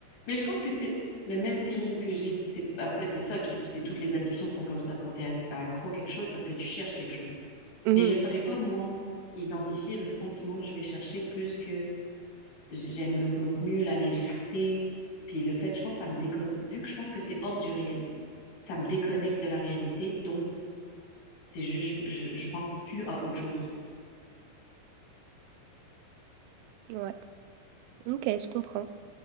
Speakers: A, on the left; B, on the right.
A: Mais je pense que c'est le même feeling que j'ai. C'est, en fait, c'est ça qui, c'est toutes les addictions sont comme ça quand tu es accro à quelque chose parce que tu cherches quelque chose.
B: Mhm.
A: Mais je ne saurais pas, moi, identifier le sentiment que je vais chercher plus que j- j'aime le contenu, la légèreté, puis le fait, je pense, ça me décon... vu que je pense que c'est hors du réel, ça me déconnecte de la réalité, donc c'est juste, je, je je pense plus à autre chose.
B: Ouais. Ok, je comprends.